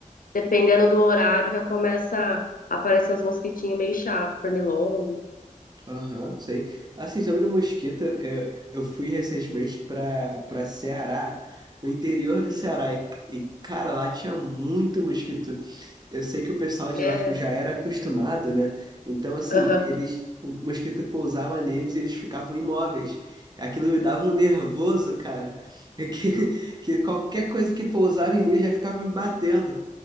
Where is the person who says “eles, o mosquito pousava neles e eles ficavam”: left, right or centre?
Right